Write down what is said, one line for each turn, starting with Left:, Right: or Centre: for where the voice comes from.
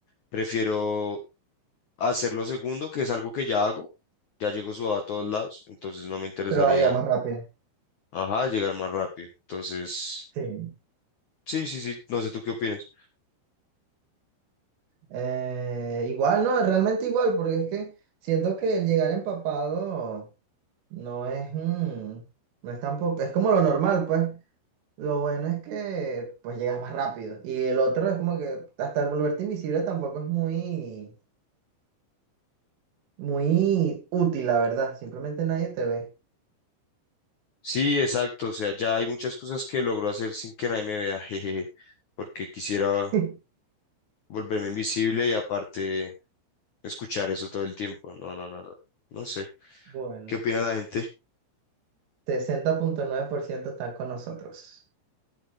Left: prefiero hacerlo segundo, que es algo que ya hago. Ya llego sudado a todos lados, entonces no me interesaría,
Right: Pero va a llegar más rápido.
Left: ajá, llegar más rápido. Entonces,
Right: Sí.
Left: sí, sí, sí, no sé tú qué opinas.
Right: Eh, igual, no, realmente igual, porque es que siento que el llegar empapado no es, mm, no es tampoco, es como lo normal, pues. Lo bueno es que pues llegas más rápido. Y el otro es como que hasta volverte invisible tampoco es muy, muy útil, la verdad. Simplemente nadie te ve.
Left: Sí, exacto, o sea, ya hay muchas cosas que logro hacer sin que nadie me vea, <laughs> jejeje, porque quisiera
Right: <laughs>
Left: volverme invisible y aparte escuchar eso todo el tiempo. No, no, no, no, no sé.
Right: Bueno,
Left: ¿Qué opina la gente?
Right: sesenta punto nueve por ciento están con nosotros,